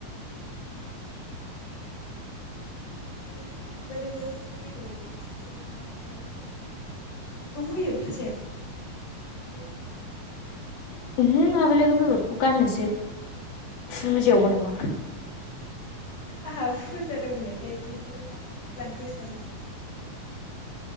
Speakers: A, on the left (about 50°); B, on the left (about 85°).
A: <inaudible> बे आबै लोगो बेगर ना मा बेखौलाय मायाव होयो? बेखौबो होयो फुजायाव बेगरखौ?
B: ओहो आबै लोगो बेगरखौ गाननोसो। फुजायावबो
A: ए
B: नङा।
A: आंहा फुजा दं होननायखाय बेखौलाय मानो लांखो सानदों।